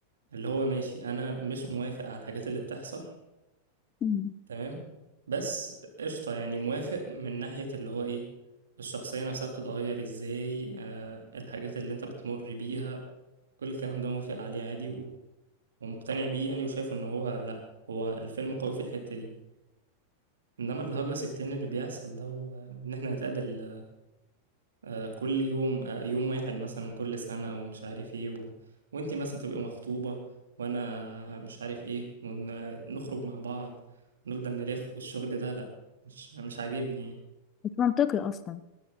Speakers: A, on the right; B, on the left.
A: اللي هو ماشي أنا مش موافق على الحاجات اللي بتحصل
B: مم.
A: تمام بس قشطة يعني موافق من ناحية اللي هو إيه الشخصية نفسها بتتغير إزاي آه الحاجات اللي أنت بتمر بيها كل الكلام ده موافق عليه عادي و... ومقتنع بيه يعني وشايفه إن هو لأ هو الفيلم قوي في الحتة دي إنما الهجس التاني اللي بيحصل ده و- وإن إحنا نتقابل آه، كل يوم آه، يوم واحد مثلا كل سنة ومش عارف ايه و... وانتي مثلا تبقي مخطوبة وانا مش عارف ايه ونخرج مع بعض ونفضل نلف والشغل ده لا مش مش عاجبني يعني
B: مش منطقي اصلا